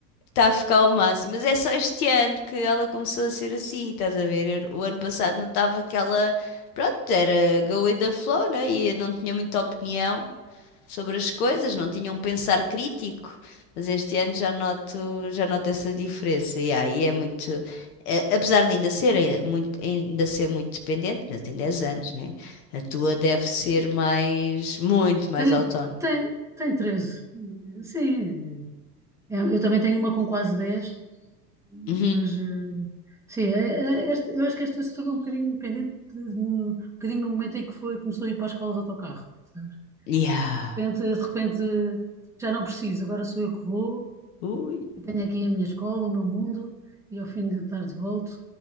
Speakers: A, on the left; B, in the centre.
A: Está a ficar ao máximo. Mas é só este ano que ela começou a ser assim, estás a ver? Eu- o ano passado notava que ela, pronto, era go with the flow, né? E eu não tinha muita opinião sobre as coisas, não tinha um pensar crítico. Mas este ano já noto, já noto essa diferença. E aí é muito. é- apesar de ainda ser, é muito, ainda ser muito dependente, ainda tem 10 anos, né? A tua deve ser mais, muito mais
B: Tem,
A: autónoma.
B: tem, tem treze. Sim, é, eu também tenho uma com quase 10.
A: Uhum.
B: mas eh, sim, é- é- é esta- eu acho que esta se tornou um bocadinho independente, de- no, um bocadinho no momento em que foi, começou a ir para a escola de autocarro, sabes?
A: Yeah.
B: De repente, de repente eh, já não preciso, agora sou eu que vou.
A: Ui.
B: Tenho aqui a minha escola, o meu mundo, e ao fim de tarde volto,